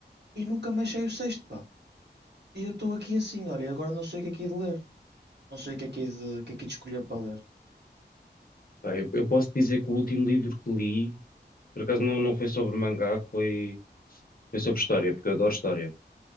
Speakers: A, on the right (about 75°); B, on the left (about 55°).
A: E nunca mais saiu o sexto, pá. E eu estou aqui assim, olha, e agora não sei o que é que é de ler. Não sei o que é que é de, o que é que é de escolher para ler.
B: Pá, eu, eu posso dizer que o último livro que li, por acaso não, não foi sobre mangá, foi, foi sobre história, porque eu adoro história.